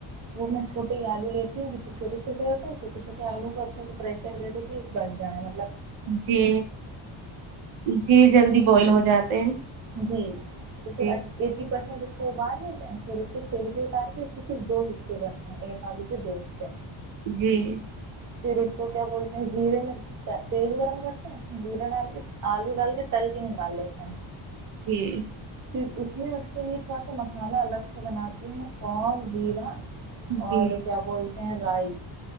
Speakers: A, on the right (about 40°); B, on the right (about 85°).
A: تو میں چھوے ہی آلو لیتی ہوں جتنے چوٹے چھوٹ ہو ہیںھوٹے چھوٹے آو کو اچھے سے پریش دے دو کہ بچ جائیں مطل
B: جی جی جلدی
A: پھر
B: بوائل ہو جاتے ہیں
A: جی تو پھر
B: جی
A: <unintelligible> پسند اس کو ابال لیتے ہیں پھر اس کے چھلک اتار کے اس کے صرف دو حصے کرتے ہیں ایک آلو کے دو حصے
B: <unintelligible>
A: پھر اس کو کیا بولتے ہیں زیرے میں تیل گرم کرتے ہیں اس میں زیرہ ڈال کے آلو ڈال کے تل کے نکال لیتے ہیں
B: جی
A: پھر اس میں اس کے لیے تھوڑا سا مسالحہ الگ سے بناتی ہوں میں سوف زیرہ
B: جی
A: اور کیا بولتے رائی